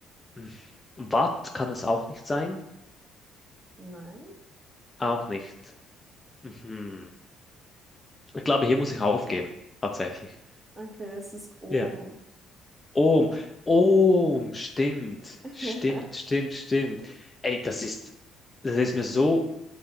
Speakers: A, on the left (about 25°); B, on the right (about 15°).
A: Hm. Watt kann es auch nicht sein?
B: Nein.
A: Auch nicht. Mhm. Ich glaube, hier muss ich aufgeben, tatsächlich.
B: Okay, es ist Ohm.
A: Ja. Ohm, Ohm, stimmt,
B: <laughs>
A: stimmt,
B: Ja.
A: stimmt, stimmt. Ey, das ist, das ist mir so